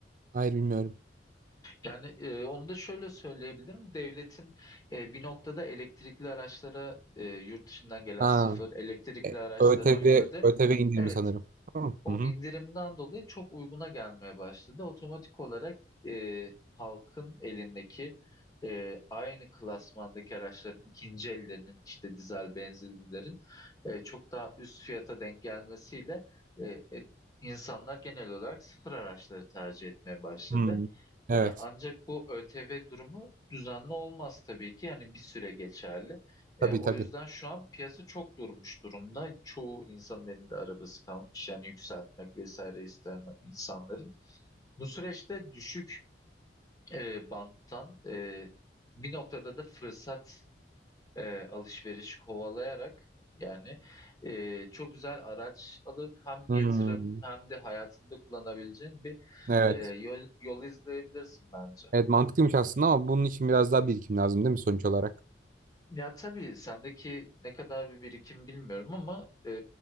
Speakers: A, on the right (about 45°); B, on the left (about 20°).
A: Hayır bilmiyorum.
B: Yani e, onu da şöyle söyleyebilirim. Devletin e, bir noktada elektrikli araçlara e, yurt dışından gelen
A: Ha,
B: sıfır elektrikli
A: e,
B: araçlara
A: ÖTV,
B: uyguladı.
A: ÖTV indirimi
B: Evet,
A: sanırım. Tamam.
B: o
A: Hı hı.
B: indirimden dolayı çok uyguna gelmeye başladı. Otomatik olarak e, halkın elindeki e, aynı klasmandaki araçların ikinci ellerinin işte dizel benzinlilerin e, çok daha üst fiyata denk gelmesiyle e, e, insanlar genel olarak sıfır araçları tercih etmeye başladı.
A: Hı. Evet.
B: Ee, ancak bu ÖTV durumu düzenli olmaz tabii ki. Yani bir süre geçerli. Ee,
A: Tabii
B: o
A: tabii.
B: yüzden şu an piyasa çok durmuş durumda. Çoğu insanın elinde arabası kalmış. Yani yükseltmek vesaire isteyen insanların. Bu süreçte düşük e, banttan e, bir noktada da fırsat e, alışveriş kovalayarak yani e, çok güzel araç alıp hem yatırım
A: Hmm,
B: hem de hayatında kullanabileceğin bir
A: evet.
B: e, yol, yol izleyebilirsin bence.
A: Evet mantıklıymış aslında ama bunun için biraz daha birikim lazım değil mi sonuç olarak?
B: Ya tabii sendeki ne kadar bir birikim bilmiyorum ama e,